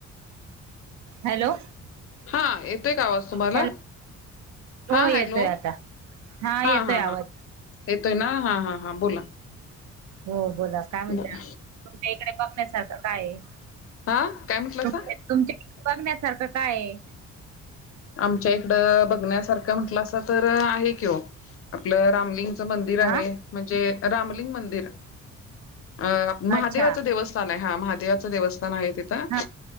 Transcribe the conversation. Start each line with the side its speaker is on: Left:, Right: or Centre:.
Right: हॅलो!
Left: हा येतोय का आवाज तुम्हाला?
Right: हॅलो हो
Left: हा
Right: येतोय
Left: हॅलो
Right: आता.
Left: हा
Right: येतोय
Left: हा
Right: आवाज
Left: हा येतोय ना हा हा हा बोला.
Right: हो बोला काय म्हणते
Left: बोला
Right: तमच्या इकडे बघण्यासारख काय?
Left: हा काय म्हटल अस.
Right: तुमच्या तुमच्या इकडे बघण्यासारखं काय?
Left: आमच्या इकड बघण्यासारखं म्हंटलं अस तर आहे कि हो आपलं रामलिंग. मंदिर
Right: हा
Left: आहे म्हणजे रामलिंग मंदिर. अ महादेवाचं
Right: अच्छा
Left: देवस्थान आहे हा महादेवाचं देवस्थान आहे तिथं
Right: हा